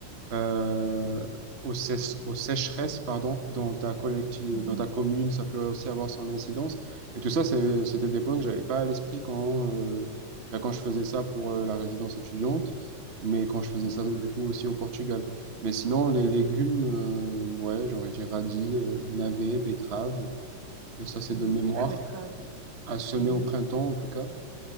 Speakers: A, on the right (about 45°); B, on the right (about 80°).
A: euh, aux, sé- aux sécheresses, pardon, dans ta collecti-
B: mhm,
A: dans ta commune, ça peut aussi avoir son incidence. Et tout ça, c'est- c'était des points que j'avais pas à l'esprit quand, euh, bah, quand je faisais ça pour euh, la résidence étudiante, mais quand je faisais
B: mhm,
A: ça du coup aussi au Portugal. Mais sinon, les légumes, euh, ouais, j'aurais dit radis, euh, navets, betteraves, euh, ça c'est
B: mhm.
A: de mémoire,
B: La betterave.
A: à semer
B: Mhm,
A: au printemps en tout cas.